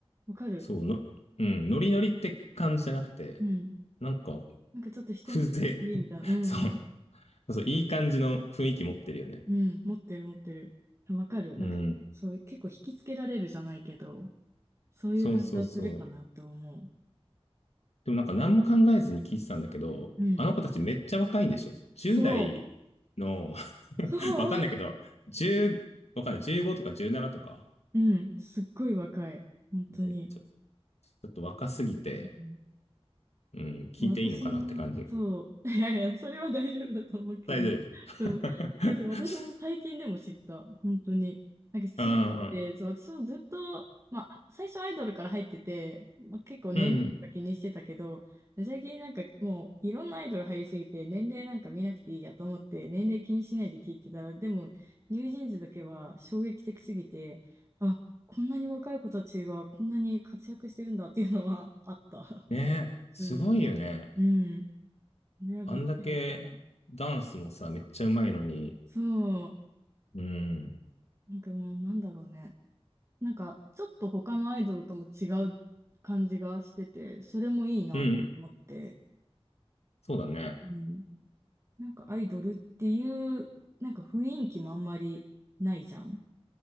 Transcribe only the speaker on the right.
わかる。
うん。
なんかちょっと一昔いいみたいな。
うんうん。
うん。持ってる持ってる。わかる。
なんか、そういう、結構引きつけられるじゃないけど、そういう感じはするかなって思う。
うん。
そ
う。そう。
うん、すっごい若い。本当に。
うん
私も、そう。<laughs> いやいや、それは大丈夫だと思うけど。
そう。いやそう私も最近でも知った。
本当に。なんか知らなくて、
そう、私もずっと、まあ、最初アイドルから入ってて、まあ、結構年齢とか気にしてたけど、
最近なんかもういろんなアイドル入りすぎて、年齢なんか見なくていいやと思って、年齢気にしないで聞いてたら、でも、ニュージーンズだけは衝撃的すぎて、あ、こんなに若い子たちがこんなに活躍してるんだっていうのはあった。
続き。
うん。それはびっくりした。
そ
う。なんかもうなんだろうね。なんかちょっと他のアイドルとも違う感じがしてて、それもいいなと思って。
うん。なんかアイドルっていう、なんか雰囲気もあんまりないじゃん。